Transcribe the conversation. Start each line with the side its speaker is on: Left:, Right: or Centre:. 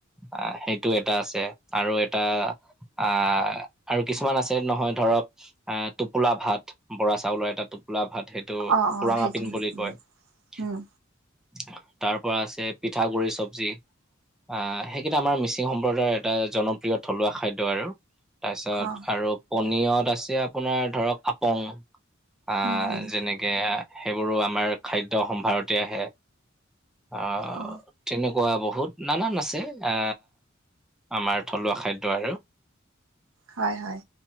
Centre: আহ সেইটো এটা আছে আৰু এটা আহ আৰু কিছুমান আছে নহয় ধৰক আ টোপোলা ভাত বৰা চাউলৰ এটা টোপোলা ভাত সেইট এইটো
Right: অ অ
Centre: পুৰাং
Right: সেইটো
Centre: আপিং
Right: হয়
Centre: বুলি কয়
Right: উম
Centre: তা
Right: উম
Centre: পৰা আছ যে পিঠাগুড়িৰ চব্জি আহ সেইকেইটা আমাৰ মিচিং সম্প্ৰদায়ৰ এটা জনপ্ৰিয় থলুৱা খাদ্য আৰু তাৰপিছত
Right: অ
Centre: আৰু পনীয়ত আছে আপোনাৰ ধৰক আপং আ
Right: উম উম
Centre: যেনেক কে আ সেইবোৰো আমাৰ খাদ্য সম্ভাৰতে আহে আহ
Right: অ
Centre: তেনেকুৱা বহুত নানান আছে এ আমাৰ থলুৱা খাদ্য আৰু
Right: হয় হয়